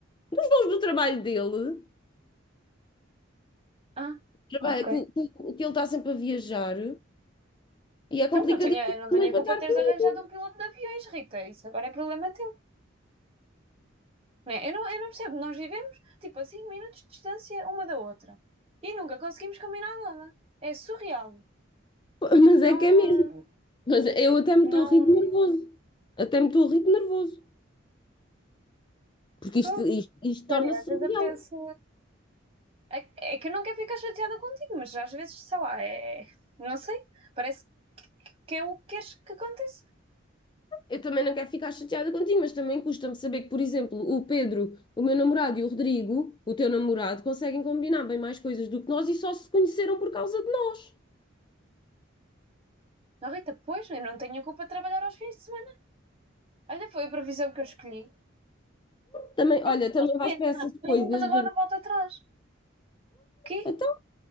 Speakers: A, on the left; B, on the right.
A: Os voos do trabalho dele,
B: Ah,
A: trabalho,
B: ok.
A: com- com- que ele está sempre a viajar, e é
B: Então
A: complicadíssimo
B: não tenho, eu não
A: também
B: tenho a
A: para
B: culpa
A: estar
B: de teres
A: comigo,
B: arranjado um piloto de aviões, Rita. Isso agora é problema teu. Né? Eu, não, eu não percebo. Nós vivemos tipo a 5 minutos de distância uma da outra. E nunca conseguimos combinar nada. É surreal.
A: <laughs> mas
B: Não.
A: é que é mesmo. Mas eu até me
B: Não.
A: estou a rir de nervoso. Até me estou a rir de nervoso. Porque
B: Pô,
A: isto, isto, isto
B: sei,
A: torna-se
B: às vezes
A: surreal.
B: apetece. É, é que eu não quero ficar chateada contigo, mas às vezes, sei lá, é. Não sei. Parece que, que é o que queres que aconteça.
A: Eu também não quero ficar chateada contigo, mas também custa-me saber que, por exemplo, o Pedro, o meu namorado e o Rodrigo, o teu namorado, conseguem combinar bem mais coisas do que nós e só se conheceram por causa de nós.
B: Não, Rita, pois, eu não tenho a culpa de trabalhar aos fins de semana. Olha, foi a profissão que eu escolhi.
A: Também,
B: Pronto,
A: olha, também
B: arrepende-me,
A: vais para essas
B: arrepende-me,
A: coisas.
B: mas agora não volto atrás. Quê?
A: Então,